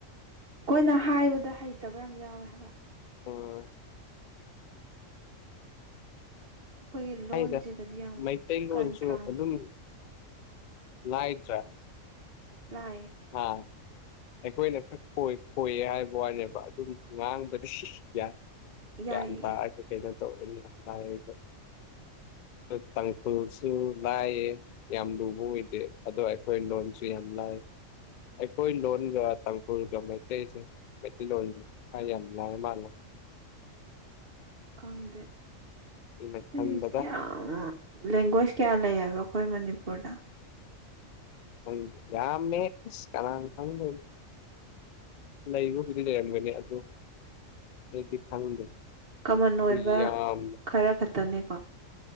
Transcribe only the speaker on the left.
ꯑꯣ
ꯍꯥꯏꯗ
ꯃꯩꯇꯩꯂꯣꯟꯁꯨ
ꯑꯗꯨꯝ ꯂꯥꯏꯗ꯭ꯔꯥ
ꯍꯥꯥ ꯑꯩꯈꯣꯏꯅ ꯈꯛ ꯍꯣꯏ ꯈꯣꯏꯌꯦ ꯍꯥꯏꯕ ꯋꯥꯅꯦꯕ ꯑꯗꯨꯝ ꯉꯥꯡꯕꯗ <unintelligible>
ꯒ꯭ꯌꯥꯟ ꯇꯥꯔꯅꯤ
<unintelligible> ꯇꯥꯡꯈꯨꯜꯁꯨ ꯂꯥꯏꯌꯦ ꯌꯥꯝ ꯂꯨꯕ ꯑꯣꯏꯗꯦ ꯑꯗꯣ ꯑꯩꯈꯣꯏ ꯂꯣꯟꯁꯨ ꯌꯥꯝ ꯂꯥꯏ ꯑꯩꯈꯣꯏ ꯂꯣꯟꯒ ꯇꯥꯡꯈꯨꯜꯒ ꯃꯩꯇꯩꯁꯦ ꯃꯩꯇꯩꯂꯣꯟꯗ ꯌꯥꯝ ꯂꯥꯏꯕ ꯃꯥꯜꯂꯦ
ꯑꯩꯅ ꯈꯟꯕꯗ
ꯈꯪꯗꯦ ꯌꯥꯝꯃꯦ ꯑꯁ ꯀꯅꯥꯅ ꯈꯪꯗꯣꯏꯅꯣ ꯂꯩꯕꯕꯨꯗꯤ ꯂꯩꯔꯝꯒꯅꯤ ꯑꯗꯨ <unintelligible> ꯈꯪꯗꯦ
<unintelligible> ꯑꯣ